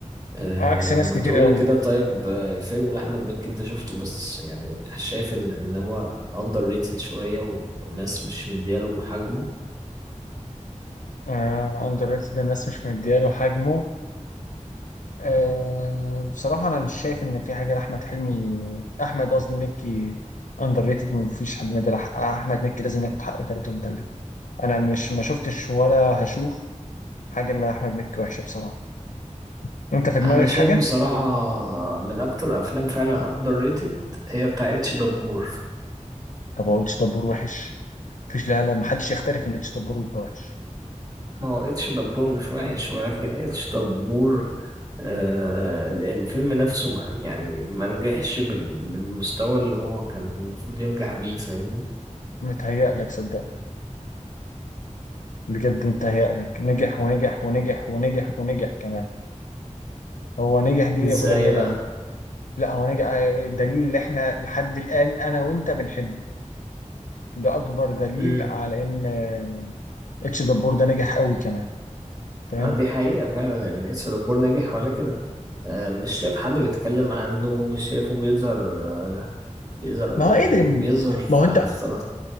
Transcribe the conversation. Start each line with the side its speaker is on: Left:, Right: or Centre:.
Right: أه
Left: عكس ناس
Right: ما
Left: كتير
Right: تقول
Left: قوي
Right: لي كده طيب آه، فيلم لأحمد مكي أنت شفته بس يعني شايف إن إن هو أندر ريتد شوية والناس مش مدياله حجمه
Left: أه اندر ريتد الناس مش مدياله حجمه أه بصراحه انا مش شايف ان في حاجه لاحمد حلمي احمد قصدي مكي اندر ريتد مفيش حد مدى احمد مكي لازم ياخد حقه تلاته ومتلت انا مش ما شفتش ولا هشوف حاجه اللي احمد مكي وحشه بصراحه انت في دماغك
Right: أنا شايف
Left: حاجه
Right: بصراحة من أكتر الأفلام فعلا أندر ريتد هي بتاع اتش دبور
Left: طب هو اتش دبور وحش مفيش لا لا محدش يختلف ان اتش دبور يبقى وحش
Right: ما هو اتش دبور مش وحش ولكن اتش دبور آه، الفيلم نفسه ما يعني ما نجحش بال- بالمستوى اللي هو كان المفروض ينجح بيه فاهمني
Left: متهيألك صدقني بجد متهيألك نجح ونجح ونجح ونجح ونجح كمان هو نجح دي
Right: ازاي
Left: قليلة
Right: بقى
Left: لا هو نجح آه، دليل اللي احنا لحد الآن أنا وأنت بنحبه ده أكبر دليل
Right: امم
Left: على إن آه، اتش دبور ده نجح قوي كمان فاهم
Right: ما دي حقيقة فعلا يعني اسف دبور نجح ولكن آه، مش شايف حد بيتكلم عنه مش شايفه بيظهر آه، بيظهر
Left: ما هو
Right: يعني
Left: قدم
Right: بيظهر في-
Left: ما هو أنت
Right: على فترات